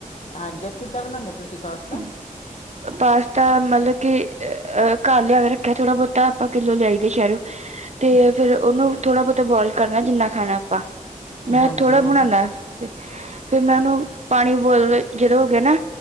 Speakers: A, on the left; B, on the right.
A: ਹਾਂਜੀ ਕਿੱਦਾਂ ਬਣਾਉਂਦੇ ਹੋ ਤੁਸੀਂ? ਪਾਸਤਾ
B: <unintelligible> ਪਾਸਤਾ ਮਤਲਬ ਕਿ ਅ ਘਰ ਲਿਆ ਕੇ ਰੱਖਿਆ, ਥੋੜ੍ਹਾ ਬਹੁਤਾ ਆਪਾਂ ਕਿੱਲੋ ਲਿਆਈ ਦੇ, ਸ਼ਹਿਰ
A: <unintelligible>
B: ਤੇ ਫਿਰ ਉਹਨੂੰ ਥੋੜਾ ਬਹੁਤਾ ਬੋਆਇਲ ਕਰਨਾ, ਜਿੰਨਾ ਖਾਣਾ ਆਪਾਂ, ਮੈਂ
A: ਹਾਂਜੀ
B: ਥੋੜ੍ਹਾ
A: ਹਾਂਜੀ
B: ਬਣਾਨਾ ਫੇਰ ਮੈਂ ਉਹਨੂੰ ਪਾਣੀ ਵੋਇਲ ਜੇਹੜਾ ਹੋ ਗਿਆ ਨਾ।